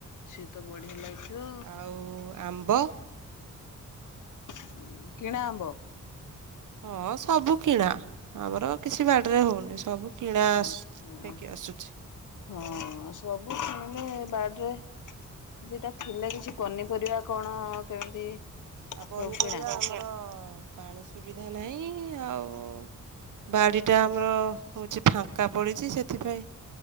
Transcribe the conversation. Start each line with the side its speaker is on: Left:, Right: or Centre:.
Left: ସିଏ ତ ବଢିଆ ଲାଗିବ।
Right: ଆଉ ଆମ୍ବ
Left: ହୁଁ କିଣା ଆମ୍ବ।
Right: ହଁ ସବୁ କିଣା ଆମର କିଛି ବାଡିରେ ହଉନି ସବୁ। କିଣା
Left: ଆଛା
Right: ଆସ ହେଇକି ଆସୁଛି।
Left: ହଁ ସବୁ କିଣିଲେ ବାଡିରେ। ଦିଟା ଥିଲେ କିଛି ପନିପରିବା କଣ କେମିତି
Right: ଆଉ
Left: ସବୁ
Right: ପନିପରିବା
Left: କିଣା।
Right: ଆମର ପାଣି ସୁବିଧା ନାହିଁ ଆଉ। ବାଡ଼ିଟା ଆମର ହଉଛି ଫାଙ୍କା ପଡିଛି ସେଥିପାଇଁ।